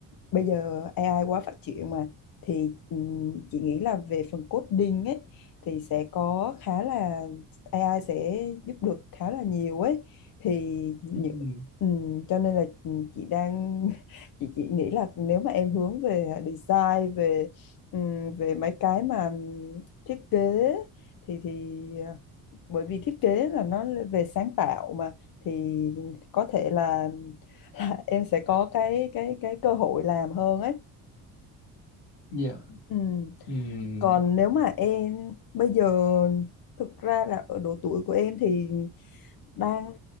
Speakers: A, on the left; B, on the left.
A: bây giờ AI quá phát triển mà thì ừm, chị nghĩ là về phần coding ấy thì sẽ có khá là AI sẽ giúp được khá là nhiều ấy thì những
B: Ừm,
A: ừm, cho nên là chị đang <laughs> chị chị nghĩ là nếu mà em hướng về design về ừm, về mấy cái mà thiết kế thì thì ờ, bởi vì thiết kế là nó về sáng tạo mà thì có thể là, là em sẽ có cái cái cái cơ hội làm hơn ấy
B: dạ
A: ừ.
B: Ừm,
A: còn nếu mà em bây giờ thực ra là ở độ tuổi của em thì đang